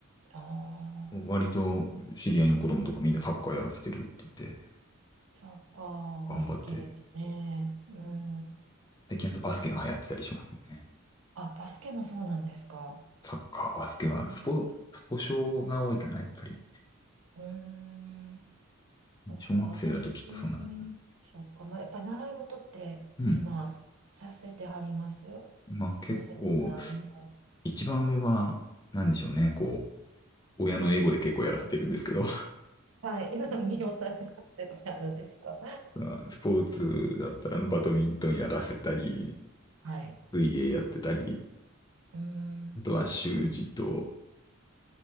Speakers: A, on the right; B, on the left.
A: あ、
B: 割と知り合いの子供とかみんなサッカーやらせてるって言って、
A: うんサッカーが好きですね。
B: 頑張って、
A: うん。
B: 最近あとバスケが流行ってたりしますもんね。
A: ねあ、バスケもそうなんですか。
B: サッカー、バスケは、
A: うん。
B: スポ、スポ少が多いかな、やっぱり。
A: うーん。そっか、
B: 小学生だときっとそんな感じ。
A: 私、そっか、まあ、やっぱり習い事って今させてはります
B: うん。まあ結構、
A: 娘さんも。
B: 一番上は、なんでしょうね、こう、親のエゴで結構やらせてるんですけど、
A: はい。<laughs> 魅了されてるってあるんですか。
B: <laughs> まあスポーツだったら、あの、バドミントンやらせたり、
A: はい。
B: 水泳やってたり、
A: うーん。
B: あとは習字と、